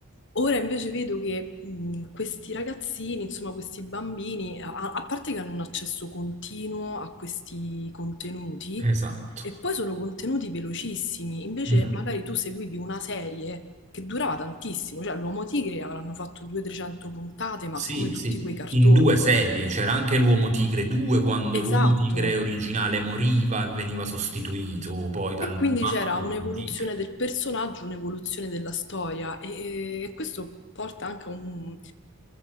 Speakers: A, on the left; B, on the right.
A: Ora invece vedo che mh, questi ragazzini, insomma questi bambini, a a parte che hanno un accesso continuo a questi contenuti,
B: esatto.
A: e poi sono contenuti velocissimi, invece
B: Mhm.
A: magari tu seguivi una serie che durava tantissimo, cioè l'Uomo Tigre avranno fatto 200-300 puntate, ma
B: Sì,
A: come tutti
B: sì,
A: quei cartoni.
B: in due serie c'era anche l'Uomo Tigre 2 quando
A: Esatto.
B: l'Uomo Tigre originale moriva e veniva sostituito poi dal
A: E quindi
B: altro
A: c'era un'evoluzione
B: Uomo Tigre.
A: del personaggio, un'evoluzione della storia e, e questo porta anche a un,